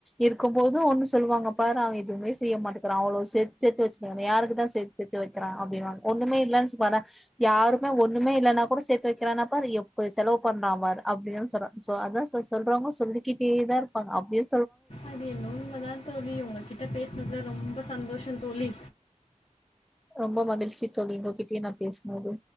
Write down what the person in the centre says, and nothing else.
இருக்கும்போது ஒன்னு சொல்லுவாங்க பாரு அவன் எதுவுமே செய்ய மாட்டேங்றான் அவ்ளோ சேத் சேத்து வச்சிருக்கேன் யாருக்கு தா சேத் சேத்து வக்கிறான் அப்பிடின்னுவாங்க ஒண்ணுமே இல்லேன்னு பாறேன் யாருமே ஒண்ணுமே இல்லன்னா கூட சேத் த்து வக்கிறானா பார் எப்டீ செலவு பண்றா பார் அப்பிடின்னு சொல்றா அதா ச சொல்றவங்க சொல்லிக்கிட்டேதா இருப்பாங்க அப்பிடியே
ரொம்ப மகிழ்ச்சி தோழி உங்க கிட்டயு நான் பேசும்போது